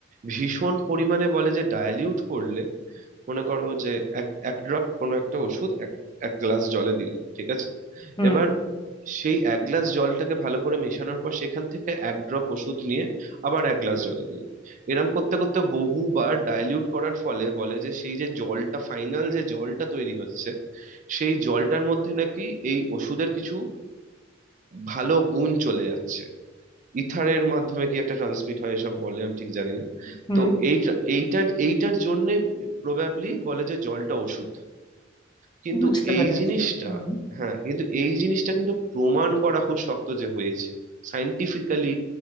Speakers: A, on the right; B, on the left.
A: ভীষণ পরিমাণে বলে যে ডাইলিউট করলে মনে করো যে এক এক ড্রপ কোনো একটা ওষুধ এক এক গ্লাস জলে দিলে ঠিক আছে
B: হুম
A: এবার সেই এক গ্লাস জলটাকে ভালো করে মেশানোর পর সেখান থেকে এক ড্রপ ওষুধ নিয়ে আবার এক গ্লাস জলে দিলে এরম করতে করতে বহুবার ডাইলিউট করার ফলে বলে যে সেই যে জলটা ফাইনাল যে জলটা তৈরি হচ্ছে সেই জলটার মধ্যে নাকি এই ওষুধের কিছু ভালো গুণ চলে যাচ্ছে ইথারের মাধ্যমে কি একটা ট্রান্সমিট হয় এসব বলে আমি ঠিক জানি না
B: হুম
A: তো এই এইটার এইটার জন্যে প্রবাবলি বলে যে জলটা ওষুধ কিন্তু
B: বুঝতে
A: এই
B: পেরেছি
A: জিনিসটা
B: হুম
A: হ্যাঁ কিন্তু এই জিনিসটা কিন্তু প্রমাণ করা খুব শক্ত যে হয়েছে সাইন্টিফিক্যালি